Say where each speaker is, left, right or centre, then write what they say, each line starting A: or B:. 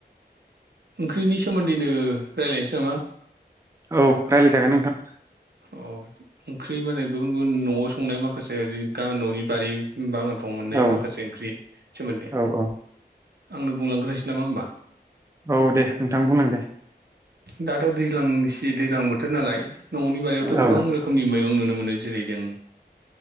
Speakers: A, on the right; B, on the right.
A: ओंख्रिनि सोमोन्दैनो रायलायसै नामा?
B: औ रायलायजागोन नोंथां।
A: अ ओंख्रि माने गुबुन गुबुन न'आव संनाय माखासे ओरै गान न'नि बारि बागान फ्राव मोननाय
B: औ
A: माखासे ओंख्रि सोमोन्दै
B: औ औ
A: आंनो बुंलांग्रोनोसै नामा होमबा?
B: औ दे नोंथां बुंलां दे।
A: दाथ' दैज्लांसि दैज्लां बोथोर नालाय न'नि बारियावथ'
B: औ
A: गोबां रोखोमनि मैगं नुनो मो नो जेरै जों